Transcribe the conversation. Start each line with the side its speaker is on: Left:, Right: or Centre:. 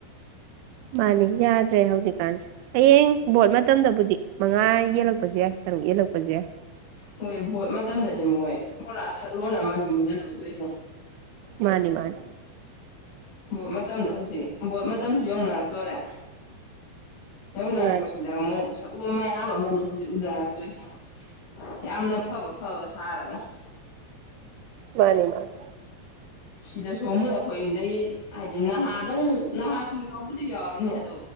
Right: ꯃꯥꯅꯤ ꯌꯥꯗ꯭ꯔꯦ ꯍꯧꯖꯤꯛꯀꯥꯟꯁꯦ ꯍꯌꯦꯡ ꯕꯣꯠ ꯃꯇꯝꯗꯕꯨꯗꯤ ꯃꯉꯥ ꯌꯦꯛꯂꯛꯇ ꯂꯄꯁꯨ ꯌꯥꯏ ꯇꯔꯨꯛ ꯌꯦꯜꯂꯛꯄꯁꯨ ꯌꯥꯏ
Left: ꯍꯣꯏ ꯃ ꯃꯇꯝꯗ ꯃꯣꯏ ꯄꯨꯔꯥ ꯁꯛꯂꯣꯟ ꯑꯃꯅꯤꯅꯦ ꯃꯣꯏꯅ ꯂꯧꯗꯣꯏꯁꯦ
Right: ꯃꯥꯅꯤ ꯃꯥꯅꯤ
Left: ꯕꯣꯠ ꯃꯇꯝꯗ ꯍꯧꯖꯤꯛ ꯕꯣꯠ ꯃꯇꯝꯁꯨ ꯌꯧꯅꯔꯛꯇꯣꯔꯦ ꯌꯧꯅꯔꯛꯄꯁꯤꯗ
Right: ꯃꯥꯅꯤ
Left: ꯑꯃꯨꯛ ꯁꯛꯂꯣꯟ ꯃꯌꯥꯝ ꯑꯃꯅꯤ ꯍꯧꯖꯤꯛ ꯎꯅꯔꯛꯇꯣꯏꯁꯦ ꯌꯥꯝꯅ ꯐꯕ ꯐꯕ ꯁꯥꯔꯒ
Right: ꯃꯥꯅꯦ ꯃꯥꯅꯤ
Left: ꯁꯤꯗꯁꯨ ꯑꯃꯨꯛ ꯑꯩꯈꯣꯏꯗꯗꯒꯤ ꯍꯥꯏꯗꯤ ꯅꯍꯥꯗꯪ ꯅꯍꯥꯁꯨ ꯌꯥꯎꯕꯗꯤ ꯌꯥꯎꯔꯤꯅꯤ ꯑꯗꯨ